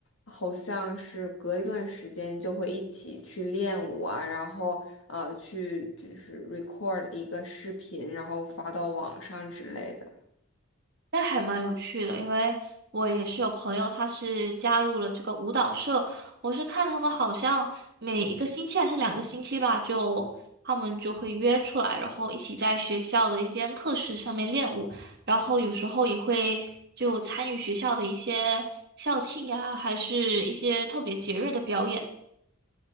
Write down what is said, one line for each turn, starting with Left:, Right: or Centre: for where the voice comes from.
Left: 好像是隔一段时间就会一起去练舞啊，然后呃去就是 record 一个视频，然后发到网上之类的。
Right: 那还蛮有趣的，因为我也是有朋友，他是加入了这个舞蹈社。我是看他们好像每一个星期还是两个星期吧，就他们就会约出来，然后一起在学校的一间课室上面练舞，然后有时候也会就参与学校的一些校庆呀，还是一些特别节日的表演。